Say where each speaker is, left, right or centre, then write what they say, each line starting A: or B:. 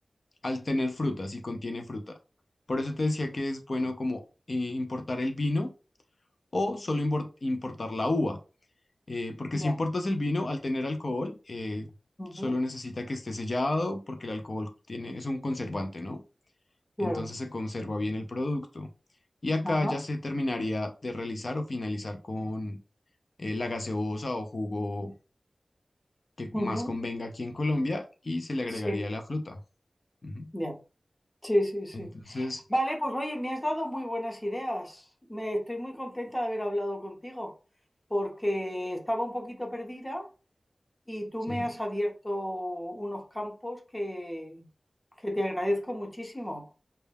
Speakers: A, on the left (about 55°); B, on the left (about 20°).
A: al tener fruta, si contiene fruta. Por eso te decía que es bueno como eh, importar el vino o solo impor- importar la uva, eh, porque
B: Ya.
A: si importas el vino, al tener alcohol, eh,
B: ujú,
A: solo necesita que esté sellado, porque el alcohol tiene, es un conservante, ¿no?
B: Claro.
A: Entonces se conserva bien el producto. Y acá
B: Ajá.
A: ya se terminaría de realizar o finalizar con eh, la gaseosa o jugo que
B: ujú,
A: más convenga aquí en Colombia y se le agregaría
B: Sí.
A: la fruta. Ujú.
B: Ya. Sí, sí, sí.
A: Entonces,
B: Vale, pues oye, me has dado muy buenas ideas. Me estoy muy contenta de haber hablado contigo, porque estaba un poquito perdida y tú
A: sí,
B: me has abierto unos campos que, que te agradezco muchísimo.